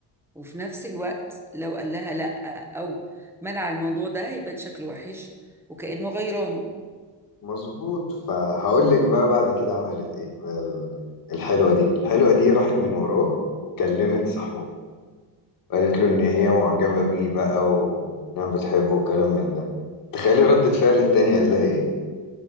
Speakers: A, in the centre; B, on the left.
A: وفي نفس الوقت لو قال لها لا او منع الموضوع ده هيبان شكله وحش وكأنه غيران
B: مظبوط فهقول لك بقى بعد كده عملت ايه بقى ال- الحلوة دي الحلوة دي راحت من وراه وكلمت صاحبه قالت له ان هي معجبة بيه بقى وانها بتحبه وكلام من ده تخيلي ردة فعل التاني قال لها ايه